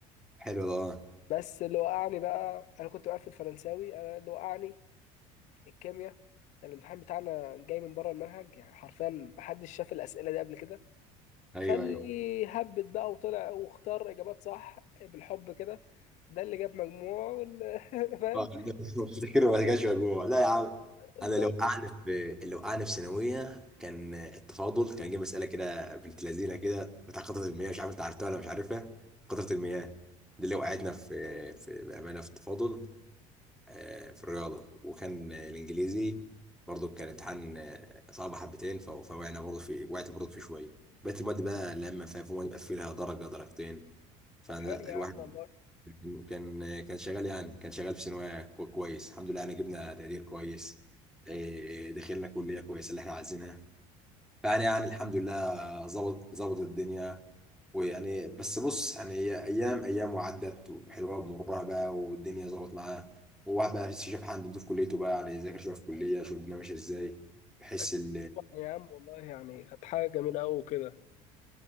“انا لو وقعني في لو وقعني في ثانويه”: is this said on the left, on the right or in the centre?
Centre